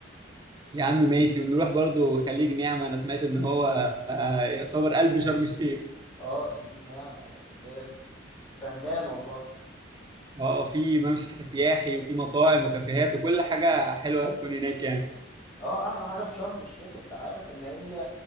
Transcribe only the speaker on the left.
اه خليج نعمة يا سلام فهمان والله
اه احلى حاجة في شرم الشيخ انت عارف ان هي